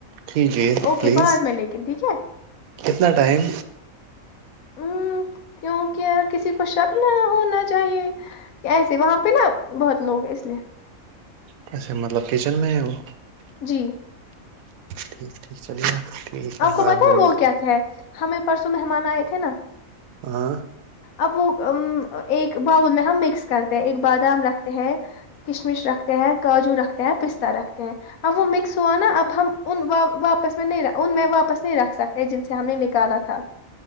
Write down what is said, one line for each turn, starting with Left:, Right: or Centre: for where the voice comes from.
Right: کیجے
Left: اوکے
Right: پلیز
Left: بعد میں لیکن ٹھیک ہے
Right: کتنا ٹائم
Left: آمم کیونکی یہاں کسی کو شک نہ ہونا چاہیے کیسے وہاں پے نا بہت لوگ ہیں اس لیے
Right: کسے مطلب کچن میں ہوں
Left: جی
Right: ٹھیک ٹھیک چلے گا ٹھیک
Left: آپ کو
Right: بعد
Left: پتہ
Right: میں
Left: ہے
Right: بھیج
Left: وہ کیا تھے ہمیں پرسوں مہمان آئے تھے نا
Right: ہاں
Left: اب وہ امم ایک باؤل میں ہم مکس کرتے ہیں ایک بادام رکھتے ہیں کشمش رکھتے ہیں کاجو رکھتے ہیں پستتا رکھتے ہیں اب وہ مکس ہوا نا اب ہم ان و واپس میں نہیں رہا ان میں واپس نہیں رکھ سکتے جن سے ہم نے نکالا تھا